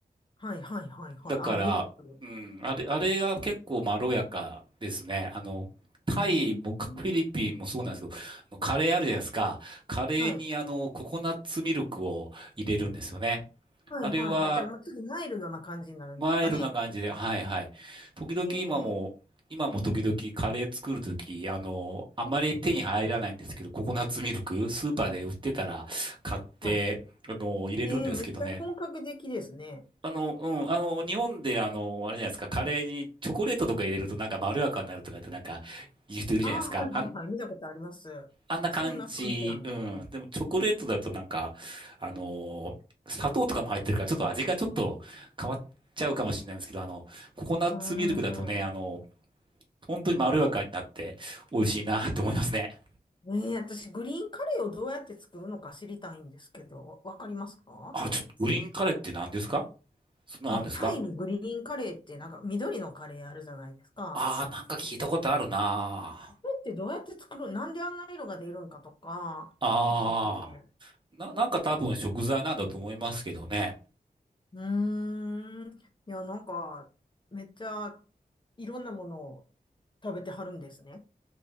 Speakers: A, on the left; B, on the right.
A: はいはいはいはい。
B: だから、
A: あ、ミルク。
B: うん、あれ、あれが結構まろやかですね。あの、タイもかフィリピンもそうなんですけど、
A: うーん。
B: あのカレーあるじゃないですか。カレーにあの、
A: はい。
B: ココナッツミルクを入れるんですよね。
A: はいはいはい。
B: あれは、
A: じゃあ、まあ、ちょっとマイルドな感じになるんですかね。
B: マイルドな感じで、はいはい。時々今も、
A: えー、
B: 今も時々カレー作るとき、あの、あまり手に入らないんですけど、ココナッツミルク、スーパーで売ってたら買って、
A: はい。
B: あの、入れるんですけどね。
A: えー、めっちゃ本格的ですね。
B: あの、うん、あの、日本で、あの、あれじゃないですか、カレーにチョコレートとか入れるとなんかまろやかになるとかってなんか言う人いるじゃないですか。
A: ああ、はいはいはい。
B: あん、
A: 見たことあります。
B: あんな感じ。
A: そんな感じなんですね。
B: うん。でもチョコレートだとなんか、あの、砂糖とかも入ってるからちょっと味がちょっと変わっちゃうかもしれないんですけど、あの、ココナッツミルクだとね、
A: うーん。
B: あの、本当にまろやかになって美味しいなと思いますね。
A: えー、私、グリーンカレーをどうやって作るのか知りたいんですけど、わわかりますか
B: あ、ちょっとグリーンカレーって何ですかそんなのあるんですか
A: あの、タイのグリーンカレーってなんか緑のカレーあるじゃないですか。
B: ああー、なんか聞いたことあるな
A: これってどうやって作る、なんであんな色が出るんかとか思ってて。
B: ああー。な、なんか多分食材なんだと思いますけどね。
A: うーん。いや、なんか、めっちゃいろんなものを食べてはるんですね。